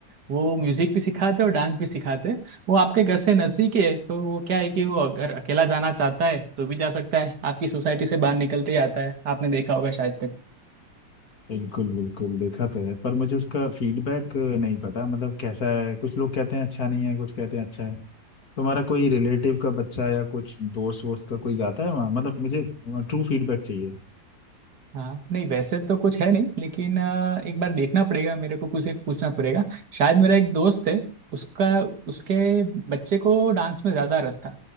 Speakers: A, on the right; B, on the left.
A: वो म्यूजिक भी सिखाते और डांस भी सिखाते हैं वो आपके घर से नज़दीक ही है तो वो क्या है कि वो अगर अकेला जाना चाहता है तो भी जा सकता है आपकी सोसाइटी से बाहर निकलते ही आता है आपने देखा होगा शायद तक
B: बिल्कुल बिल्कुल देखा तो है पर मुझे उसका फीडबैक नहीं पता मतलब कैसा है कुछ लोग कहते हैं अच्छा नहीं है कुछ कहते हैं अच्छा है तुम्हारा कोई रिलेटिव का बच्चा या कुछ दोस्त वोस्त का कोई जाता है वहाँ मतलब मुझे ट्रू फीडबैक चाहिए
A: हाँ नहीं वैसे तो कुछ है नहीं लेकिन अ, एक बार देखना पड़ेगा मेरे को कुछ एक पूछना पड़ेगा शायद मेरा एक दोस्त है उसका उसके बच्चे को डांस में ज़्यादा रस था